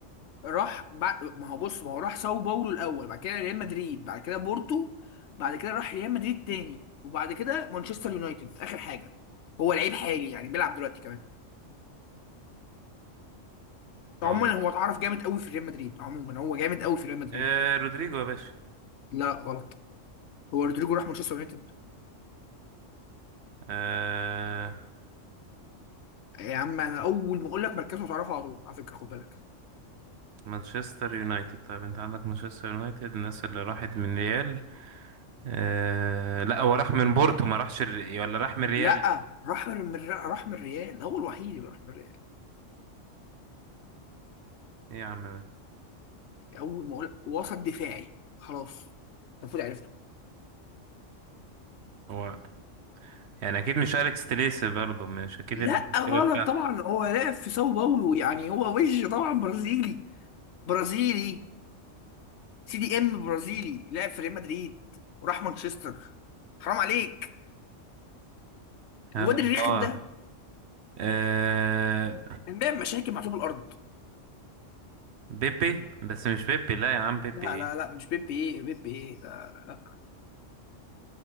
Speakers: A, on the left (about 65°); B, on the right (about 65°).
A: راح بعد ما هو بص ما هو راح ساو باولو الاول بعد كده ريال مدريد بعد كده بورتو بعد كده راح ريال مدريد تاني وبعد كده مانشستر يونايتد اخر حاجه هو لعيب حالي يعني بيلعب دلوقتي كمان
B: هقول
A: عموما هو اتعرف جامد قوي في ريال مدريد عموما هو جامد قوي في ريال مدريد
B: آه رودريجو يا باشا
A: لا غلط هو رودريجو راح مانشستر يونايتد
B: آه
A: يا عم انا اول ما اقول لك مركزه هتعرفه على طول على فكره خد بالك
B: مانشستر يونايتد طيب انت عندك مانشستر يونايتد الناس اللي راحت من ريال آه لا هو راح من بورتو ما راحش الري- ولا راح من ريال
A: لا راح من من- راح من الريال هو الوحيد اللي راح من الريال
B: ايه يا عم ده
A: اول ما اقول وسط دفاعي خلاص المفروض عرفته
B: هو يعني اكيد مش اليكس تليسي برضو مش اكيد
A: لا
B: الكتيبه
A: غلط
B: بتاعتك
A: طبعا هو لاعب في ساو باولو يعني هو وجه طبعا برازيلي برازيلي سي دي ام برازيلي لاعب في ريال مدريد وراح مانشستر حرام عليك
B: آه،
A: الواد الرخم
B: الله
A: ده
B: آه...
A: كان بيعمل مشاكل مع طوب الارض
B: بيبي بس مش بيبي لا يا عم بيبي
A: لا
B: ايه
A: لا لا مش بيب ايه بيب ايه لا, لا.